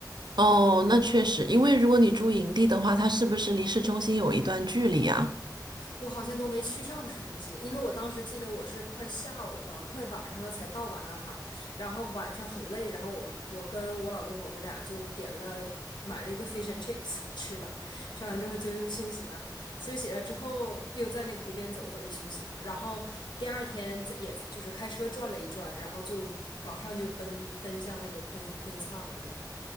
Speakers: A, on the right; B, on the left.
A: 哦，那确实，因为如果你住营地的话，它是不是离市中心有一段距离啊？
B: 我好像都没去上市中心，因为我当时记得我是快下午了，快晚上了才到瓦纳卡，然后晚上很累，然后我们我跟我老公我们俩就点了买了一个 fish and chips <laughs> 吃了，吃完之后就是休息了，休息了之后又在那个湖边走走就休息了，然后第二天在也就是开车转了一转，然后就马上就奔奔向那个 Queen Queenstown 了就，